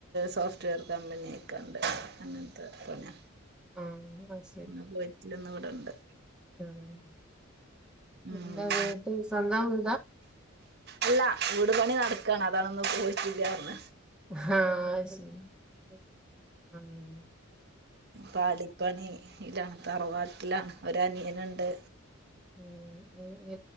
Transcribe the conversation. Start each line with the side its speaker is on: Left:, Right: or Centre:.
Right: സോഫ് റ്റ് വെയർ കമ്പനി ഒക്കെ ഒണ്ട്, അങ്ങൻത്ത പണിയ,
Centre: ആ അത്
Right: ഇന്ന് പോയി ഇല്ല ഇന്ന് ഇവ്ട ഉണ്ട്.
Centre: ആഹ്
Right: ഉം
Centre: എന്താ വീട്ട് സ്വന്തം <unintelligible>
Right: അല്ല വീട് പണി നടക്കാണ്, അതാണ് ഇന്ന് പോയിട്ടില്ല പറഞ്ഞെ.
Centre: ഹാ അയ്ശെരി <unintelligible>
Right: പാടിപ്പണിയിലാണ് തറവാട്ട്ലാണ് ഒരനിയന്ണ്ട്.
Centre: <unintelligible>